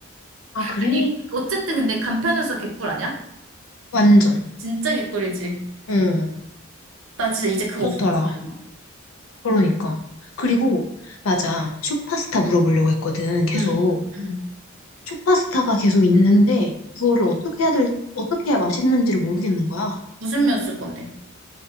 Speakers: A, on the left; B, on the right.
A: 아, 그래?
B: 아니, 어쨌든 근데 간편해서 개꿀 아니야?
A: 완전.
B: 진짜 개꿀이지.
A: 응.
B: 나 진짜 이제 그거
A: 좋더라.
B: 없으면 못 살아
A: 그러니까. 그리고, 맞아. 쇼파스타 물어보려고 했거든. 계속.
B: 응, 응, 응.
A: 쇼파스타가 계속 있는데, 이거를 어떻게 해야 될, 어떻게 해야 맛있는지를 모르겠는 거야.
B: 무슨 면 쓸 건데?